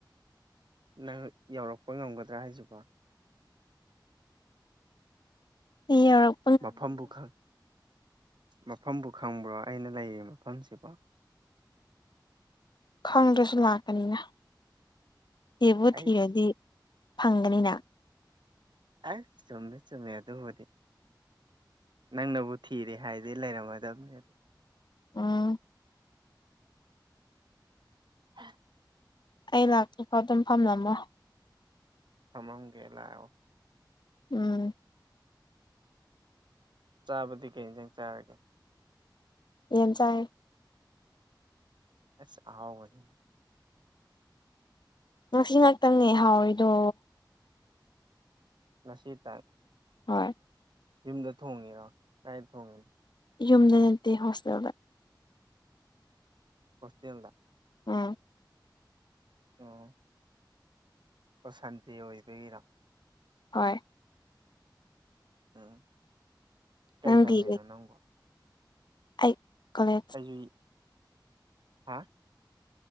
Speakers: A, on the right (about 70°); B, on the left (about 70°).
A: ꯅꯪ ꯌꯧꯔꯛꯄ ꯉꯝꯒꯗ꯭ꯔꯥ ꯍꯥꯏꯁꯤꯕꯣ
B: ꯑꯩ ꯌꯧꯔꯛ
A: ꯃꯐꯝꯕꯨ ꯈꯪ ꯃꯐꯝꯕꯨ ꯈꯪꯕ꯭ꯔꯣ ꯑꯩꯅ ꯂꯩꯔꯤ ꯃꯐꯝꯁꯤꯕꯣ
B: ꯈꯪꯗ꯭ꯔꯁꯨ ꯂꯥꯛꯀꯅꯤꯅ ꯊꯤꯕꯨ
A: ꯑꯩꯁ
B: ꯊꯤꯔꯗꯤ ꯐꯪꯒꯅꯤꯅ
A: ꯑ ꯆꯨꯝꯃꯦ ꯆꯨꯝꯃꯦ ꯑꯗꯨꯕꯨꯗꯤ ꯅꯪꯅꯕꯨ ꯊꯤꯔꯦ ꯍꯥꯏꯗꯤ ꯂꯩꯔꯝꯃꯗꯕꯅꯤ ꯑꯗꯨ
B: ꯎꯝ
A: ꯑ
B: ꯑꯩ ꯂꯥꯛꯇ꯭ꯔꯤꯐꯥꯎ ꯑꯗꯨꯝ ꯐꯝꯂꯝꯃꯣ
A: ꯐꯝꯃꯝꯒꯦ ꯂꯥꯛꯑꯣ
B: ꯎꯝ
A: ꯆꯥꯕꯗꯤ ꯀꯩ ꯌꯦꯟꯖꯥꯡ ꯆꯥꯔꯒꯦ
B: ꯌꯦꯟ ꯆꯥꯏꯌꯦ
A: ꯑꯁ ꯑꯍꯥꯎꯕꯅꯤ
B: ꯉꯁꯤ ꯉꯥꯛꯇꯪꯅꯦ ꯍꯥꯎꯔꯤꯗꯣ
A: ꯉꯁꯤ ꯇꯪ
B: ꯍꯣꯏ
A: ꯌꯨꯝꯗ ꯊꯣꯡꯉꯤꯔꯣ ꯀꯗꯥꯥꯏꯗ ꯊꯣꯡꯉꯤꯅꯣ
B: ꯌꯨꯝꯗ ꯅꯠꯇꯦ ꯍꯣꯁꯇꯦꯜꯗ
A: ꯍꯣꯁꯇꯦꯟꯗ
B: ꯎꯝ
A: ꯑꯣ ꯑꯣ ꯁꯟꯗꯦ ꯑꯣꯏꯕꯩꯔꯣ
B: ꯍꯣꯏ
A: ꯎꯝ ꯀꯩ
B: ꯅꯪꯗꯤ
A: ꯇꯝꯃꯤꯅꯣ ꯅꯪꯕꯣ
B: ꯑꯩ ꯀꯣꯂꯦ
A: ꯑꯩꯁꯨ ꯍꯥ